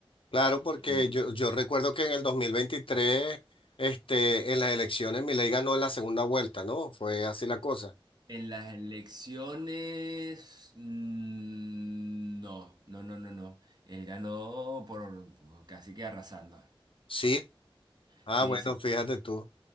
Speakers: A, on the left; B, on the right.
A: Claro, porque
B: Y
A: yo, yo recuerdo que en el 2023, este, en las elecciones, Milei ganó en la segunda vuelta, ¿no? Fue así la cosa.
B: En las elecciones, mm, no, no, no, no, no, él ganó por por casi que arrasando.
A: Sí. Ah,
B: Sí,
A: bueno,
B: sí.
A: fíjate tú.